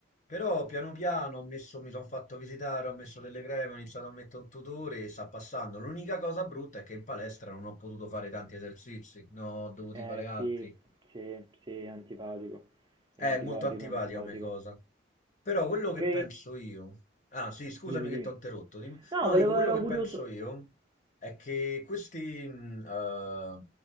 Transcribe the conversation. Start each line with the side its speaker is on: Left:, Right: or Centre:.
Left: Però piano piano ho messo, mi sono fatto visitare, ho messo delle creme, ho iniziato a mettere un tutore e sta passando. L'unica cosa brutta è che in palestra non ho potuto fare tanti esercizi, ne ho dovuti
Right: Eh,
Left: fare altri.
Right: sì, sì, sì, è antipatico. È
Left: È
Right: antipatico,
Left: molto antipatica
Right: è antipatico.
Left: come cosa. Però quello
Right: Ok,
Left: che penso io. Ah, sì, scusami
Right: dimmi, dimmi.
Left: che ti ho interrotto. dimmi-
Right: No,
Left: No,
Right: volevo,
Left: dico quello
Right: ero
Left: che
Right: curioso.
Left: penso io è che questi. mh, eh,